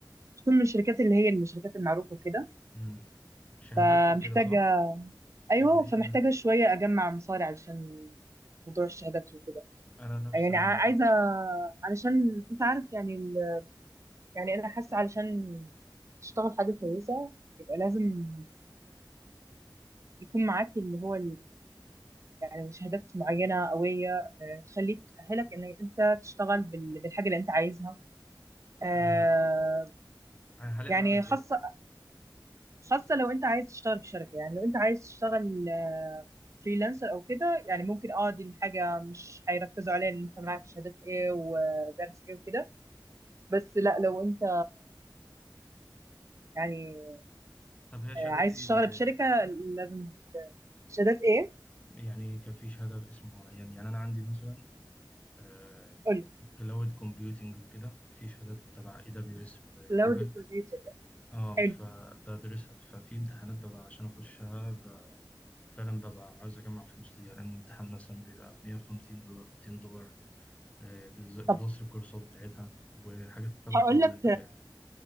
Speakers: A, on the right; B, on the left.
A: تكون من الشركات اللي هي الشركات المعروفة كده
B: مم. شهادات
A: آه
B: وكده
A: محتاجة
B: صح؟
A: أيوة
B: اللي
A: فمحتاجة
B: هي
A: شوية أجمع مصاري علشان موضوع الشهادات وكده
B: أنا نفس
A: آه، يعني
B: الموضوع
A: ع- عايزة علشان أنت عارف يعني ال- يعني أنا حاسة علشان تشتغل حاجة كويسة يبقى لازم يكون معاك اللي هو يعني شهادات معينة قوية آه، تخليك تأهلك إن أنت تشتغل بال- بالحاجة اللي أنت عايزها آه،
B: أنا انا حاليا
A: يعني
B: بعمل كده
A: خاصة خاصة لو أنت عايز تشتغل في شركة يعني لو أنت عايز تشتغل آه، فريلانسر أو كده يعني ممكن أه دي الحاجة مش هيركزوا عليها إن أنت معاك شهادات إيه ودرس إيه وكده بس لا لو أنت يعني
B: طب هي شهادات
A: آه، عايز
B: ايه
A: تشتغل
B: اللي
A: بشركة لازم شهادات إيه
B: يعني كان في شهاده باسم معين يعني انا عندي مثلا آه،
A: قولي
B: في كلاود كومبيوتنج وكده في شهادات تبع اي دبليو اس وجوجل
A: لو ديكوريتور
B: اه
A: حلو
B: فبدرسها ففي امتحانات ببقى عشان اخشها ب- فعلا ببقى عاوز اجمع فلوس ليها لان الامتحان مثلا بيبقى 150 دولار 200 دولار آه، بز- بلس
A: طب
B: الكورسات بتاعتها وحاجات تبع
A: هقول
B: طبعا
A: لك
B: المجال